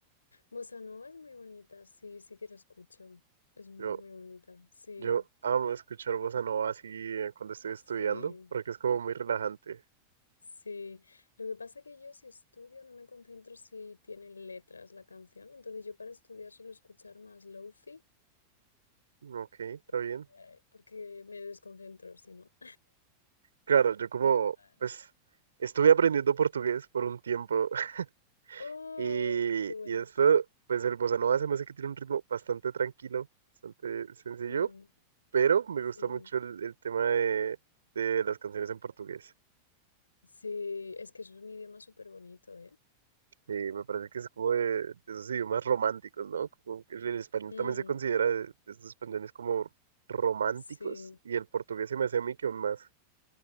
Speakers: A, on the left (about 75°); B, on the right (about 70°).
A: Bossa Nova es muy bonita, sí, sí que la escucho. Es muy,
B: Yo,
A: muy bonita, sí,
B: yo amo escuchar bossa nova así eh, cuando estoy estudiando,
A: sí,
B: porque es como muy relajante.
A: sí. Lo que pasa que yo si estudio no me concentro si tienen letras la canción, entonces yo para estudiar suelo escuchar más lofi
B: Ok, está bien.
A: eh, porque me desconcentro, si no.
B: Claro, yo como,
A: <laughs> Vale.
B: pues, estuve aprendiendo portugués por un tiempo <laughs>
A: Oh,
B: y,
A: qué bueno.
B: y esto, pues el bossa nova se me hace que tiene un ritmo bastante tranquilo, bastante sencillo,
A: Mm,
B: pero me
A: sí,
B: gusta mucho el, el tema de, de las canciones en portugués.
A: sí, es que es un idioma súper bonito, ¿eh?
B: Y me parece que es como de, de esos idiomas románticos, ¿no? Como que el español
A: Mm.
B: también se considera de, de estos españoles como románticos
A: Sí,
B: y el portugués se me hace a mí que aún más.